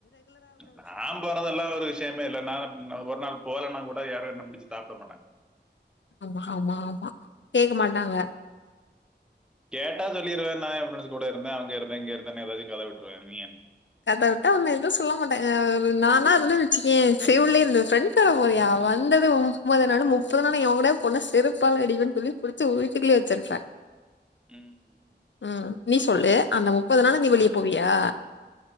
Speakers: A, in the centre; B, on the left (about 80°).
A: நாம்போறதெல்லா ஒரு விஷ்ய மே இல்ல நா நா ஒரு நாள் போலன்னா கூட யாரு என்ன புடுச்சு தாட்ட மாட்டாங்க
B: ஆமா ஆமா ஆமா கேக்க மாட்டாங்க
A: கேட்டா சொல்லிருவே நா எ ஃப்ரெண்டுங்க கூட இருந்தே அங்க இருந்தே இங்க இருந்தன்னு எதாது கத விட்ருவே நீ எ
B: கத வுட்டா உன்ன எதுவு சொல்ல மாட்டாங்க அ நானா இருந்தன் வச்சுக்கயே செவுல்லயே ரெண்டு ஃப்ரெண்ட் கூட போறியா வந்தது முப்பது நாள் முப்பது நாளு எவங் கூடயா போனா செருப்பால அடிப்பேன் சொல்லி புடுச்சு வீட்டுக்குள்ளயே வச்சிர்ப்பே
A: ம்
B: ம் நீ சொல்லு அந்த முப்பது நாளு நீ வெளிய போவியா